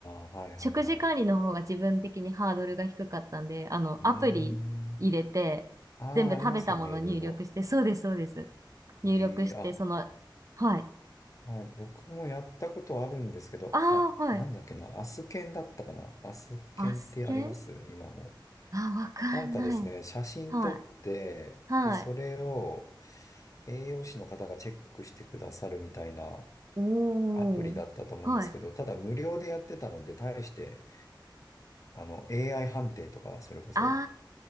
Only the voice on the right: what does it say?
食事管理の方が自分的にハードルが低かったんで、あの、
アプリ入れて、
全部食べたもの入力して、
そうです、そうです。入力して、
その、はい。
ああ、
はい。
アスケンあ、わかんない。
はい。はい。
おー。
はい。
あ